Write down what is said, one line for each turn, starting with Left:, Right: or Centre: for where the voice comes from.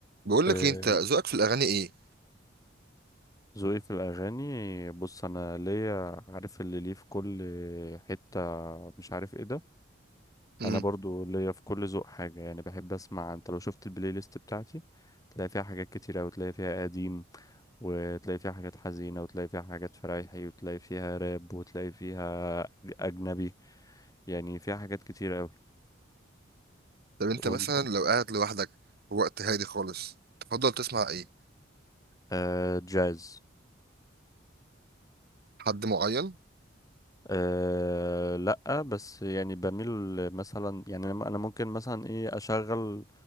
Right: بقول
Left: آه،
Right: لك إيه، انت ذوقك في الاغاني ايه
Left: ذوقي في الأغاني بص أنا ليا عارف اللي ليه في كل حتة مش عارف ايه ده
Right: امم
Left: أنا برضو ليا في كل ذوق حاجة يعني بحب أسمع أنت لو شفت البلاي ليست بتاعتي تلاقي فيها حاجات كتيرة وتلاقي فيها قديم وتلاقي فيها حاجات حزينة وتلاقي فيها حاجات فرايحي وتلاقي فيها راب وتلاقي فيها أجنبي يعني فيها حاجات كتيرة أوي
Right: طب
Left: وأنت
Right: انت مثلا لو قاعد لوحدك في وقت هادي خالص تفضل تسمع ايه
Left: آه جاز
Right: حد معين
Left: أه لا بس يعني بميل مثلا يعني انا أنا ممكن مثلا ايه اشغل